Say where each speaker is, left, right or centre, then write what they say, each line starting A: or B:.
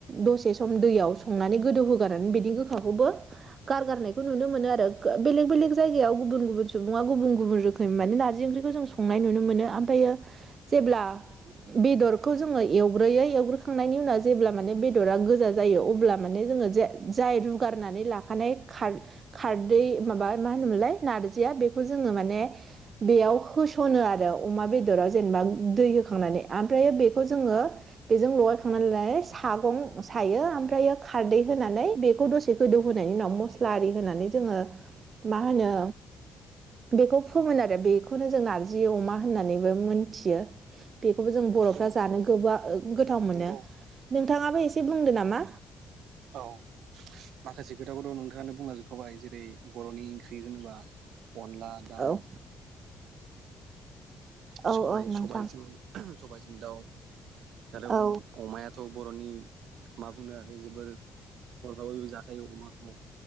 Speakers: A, on the right; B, on the right.
A: दसे सम दैयाव संनानै गोदौहोगारनानै बिनि गोखाखौबो गारगारनायखौ नुनो मोनो ओ आरो बेलेग बेलेग जायगायाव गुबुन गुबुन सु बुङा गुबुन गुबुन रोखोम माने नारजि ओंख्रिखौ जों संनाय नुनो मोनो ओमफायो जेब्ला बेदरखौ जोङो एवग्रोयो एवग्रोखांनायनि उनाव जेब्ला माने बेदरा गोजा जायो अब्ला माने जोङो जे जाय रुगारनानै लाखानाय खार खारदै माबा माहोनोमोनलाय नारजिया बे खौ जोङो माने बेयाव होस'नो आरो अमा बेदराव जेनेबा दै होखांनानै ओमफ्रायो बेखौ जोङो बेजों लगायखांनानैलायो सागं सायो ओमफ्रायो खारदै होनानै बेखौ दसे गोदौ होनोनायनि उनाव मस्ला आरि होनानै जोङो मा होनो बेखौ फोमोन आरो बेखौनो जों नारजि अमा होननानैबो मोनथियो बेखौबो जों बर'फ्रा
B: उम
A: जानो गोबा गोथाव मोनो
B: नंगौ
A: नोंथाङाबो एसे बुंदो नामा
B: औ माखासे खोथाखौ दं नोंथाङानो बुंलाजोबखाय जेरै बर'नि ओंख्रि होनोबा अनला दाउ
A: औ औ
B: सबाय
A: औ नोंथां
B: सबायजों सबायाइजों दाउ आरो
A: औ
B: अमाया थ' बर'नि मा बुंनो आरो जोबोर बर'फ्राबो जाखायो अमाखौ